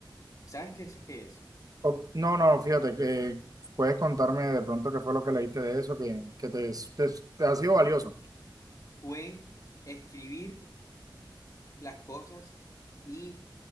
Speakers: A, on the left (about 45°); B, on the right (about 45°).
A: ¿Sabes qué es? ¿Qué es?
B: O- no, no, fíjate, que puedes contarme de pronto qué fue lo que leíste de eso, que, que te, te, te ha sido valioso.
A: fue escribir las cosas y